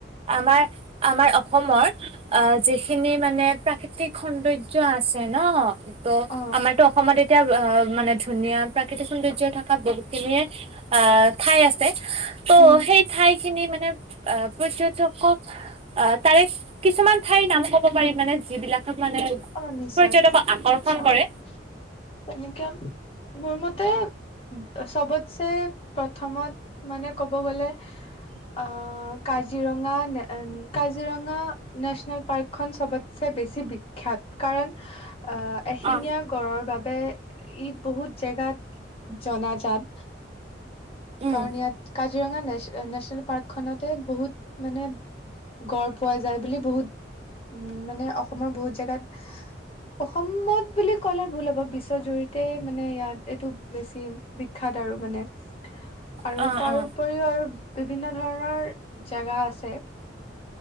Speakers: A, on the right; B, on the left.
A: আমাৰ, আমাৰ অসমৰ অ' যিখিনি মানে প্ৰাকৃতিক সৌন্দৰ্য্য আছে ন' ত'
B: অ
A: আমাৰতো অসমত এতিয়া আ' মানে ধুনীয়া প্ৰাকৃতিক সৌন্দৰ্য থকা বহুত খিনিয়ে আ' ঠাই আছে। ত'
B: উম
A: সেই ঠাইখিনি মানে আ' পৰ্যটকক অ' তাৰে কিছুমান ঠাইৰ ক'ব পাৰি মানে, যিবিলাকক মানে
B: অ' নিশ্চয়,
A: পৰ্যটকক আকৰ্ষণ
B: অ'
A: কৰে
B: তেনেকে মোৰ মতে উ'ম, চবতছে প্ৰথমত মানে ক'ব গ'লে অ' কাজিৰঙা, নে কাজিৰঙা নেচনেল পাৰ্কখন চবতছে বেছি বি খ্যাত, কাৰণ আ' এশিঙীয়া
A: অ
B: গড়ৰ বাবে ই' বহুত জেগাত জনাজাত,
A: উম
B: কাৰণ ইয়াত কা কাজিৰঙা নেচ-নেচনেল পাৰ্কখনতে বহুত মানে গড় পোৱা যায় বুলি বহুত উ'ম মানে অসমৰ বহুত জেগাত অসমত বুলি ক'লে ভুল হ'ব, বিশ্বৰ জৰিতে মানে ইয়াত এইটো বেছি বিখ্যাত আৰু মানে। আৰু
A: অ
B: তাৰ
A: অ
B: উপৰিও আৰু বিভিন্ন ধৰণৰ জেগা আছে